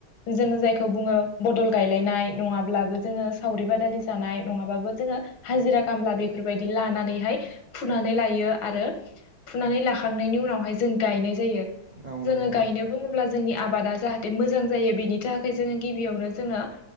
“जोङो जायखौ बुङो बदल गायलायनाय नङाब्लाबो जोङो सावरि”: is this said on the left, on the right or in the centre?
Left